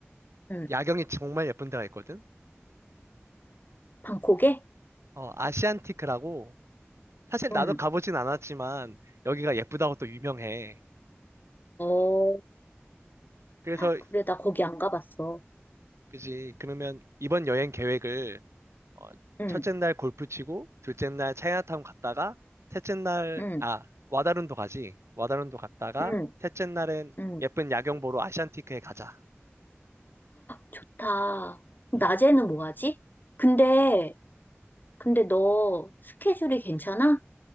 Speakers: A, on the left (about 45°); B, on the right (about 80°).
A: 응.
B: 야경이 정말 예쁜 데가 있거든?
A: 방콕에?
B: 어, 아시안티크라고 사실
A: 응.
B: 나도 가보진 않았지만 여기가 예쁘다고 또 유명해.
A: 어,
B: 그래서
A: 그래, 나 거기 안 가봤어.
B: 그지. 그러면 이번 여행 계획을 어,
A: 응,
B: 첫째 날 골프 치고 둘째 날 차이나타운 갔다가 셋째 날
A: 응,
B: 아, 와다룬도 가지. 와다룬도 갔다가
A: 응,
B: 셋째 날엔
A: 응.
B: 예쁜 야경 보러 아시안티크에 가자.
A: 좋다. 낮에는 뭐 하지? 근데, 근데 너 스케줄이 괜찮아?